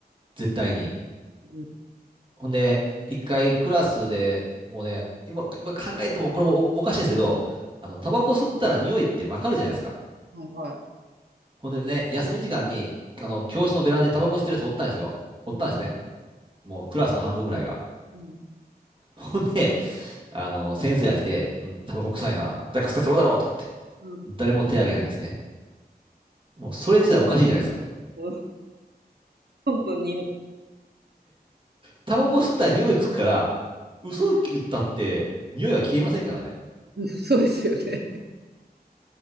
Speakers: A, on the right; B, on the right.
A: 絶対に。
B: うん
A: ほんで、一回クラスでもうね、今、今考えてもこれもお、おかしいんですけど、あの、タバコ吸ったら匂いってわかるじゃないですか。
B: はいはい。
A: ほんでね、休み時間に、あの、教室のベランダでタバコ吸ってるやつおったんですよ。おったんですね。
B: うん
A: もうクラスの半分ぐらいが。
B: うん
A: ほんで、あの、先生が来て、うん、タバコ臭いな、誰か吸ったやつおるだろうとかって、
B: うん
A: 誰も手挙げないんですね。もうそれ自体おかしいじゃないですか。
B: うん本当に。
A: タバコ吸ったら匂いつくから、嘘言ったって匂いは消えませんからね。
B: うん、そうですよね。